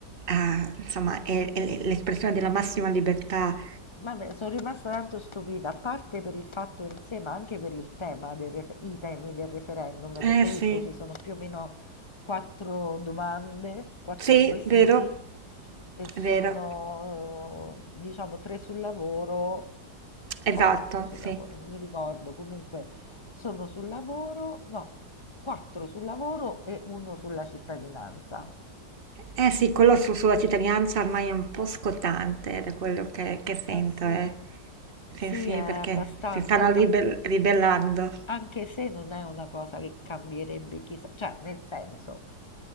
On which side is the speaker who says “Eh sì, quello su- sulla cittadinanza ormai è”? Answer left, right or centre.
Right